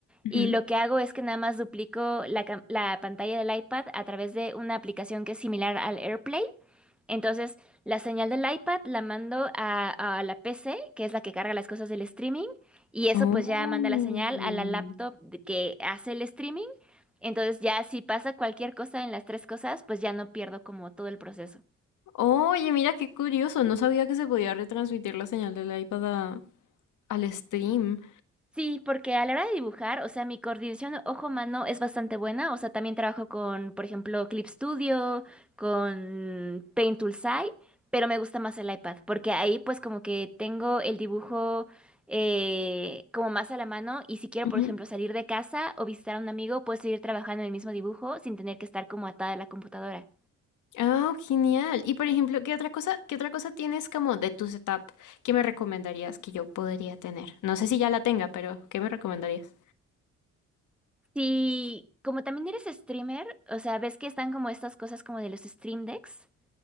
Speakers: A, on the left (about 80°); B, in the centre.
A: Ujú.
B: Y lo que hago es que nada más duplico la, cam- la pantalla del iPad a través de una aplicación que es similar al AirPlay. Entonces, la señal del iPad la mando a, a la PC, que es la que carga las cosas del streaming, y eso
A: Oh.
B: pues ya manda la señal a la laptop de que hace el streaming. Entonces, ya si pasa cualquier cosa en las tres cosas, pues ya no pierdo como todo el proceso.
A: Oye, mira qué curioso, no sabía que se podía retransmitir la señal del iPad a- al stream.
B: Sí, porque a la hora de dibujar, o sea, mi coordinación ojo-mano es bastante buena. O sea, también trabajo con, por ejemplo, Clip Studio, con Paint Toolside, pero me gusta más el iPad, porque ahí pues como que tengo el dibujo eh, como más a la mano y si quiero,
A: Ujú.
B: por ejemplo, salir de casa o visitar a un amigo, puedo seguir trabajando en el mismo dibujo sin tener que estar como atada a la computadora.
A: Ah, genial. Y por ejemplo, ¿qué otra cosa, qué otra cosa tienes como de tu setup que me recomendarías que yo podría tener? No sé si ya la tenga, pero ¿qué me recomendarías?
B: Sí, como también eres streamer, o sea, ves que están como estas cosas como de los stream decks.